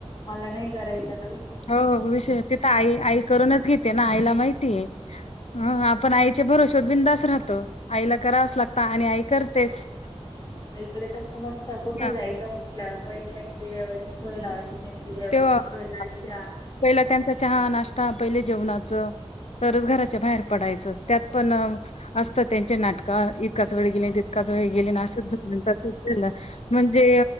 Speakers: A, on the left; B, on the left.
A: मला नाई करायचच.
B: हो अ विषय तित आई आई करूनच घेते ना. आईला माहितीये आपण आईचे भरोशावर बिंनधास्त राहत आईला करावच लागत आणि आई करतेच.
A: आईकडे तस नसत कुठेही
B: हां.
A: जायचं. म्हंटल्यावर पहिले टाइम दिवेवायची सोय लावायची. त्यांची जेवायची
B: तेव्ह
A: सोय झाली
B: अ
A: का
B: पहिला त्यांचा चहा नाश्ता पहिले जेवणाचं तरच घराच्या बाहेर पडायचं त्यात पण असतं त्यांचे नाटक इतकाच वेळ गेले. का ज वे गेली नासे झा तरलं म्हणजे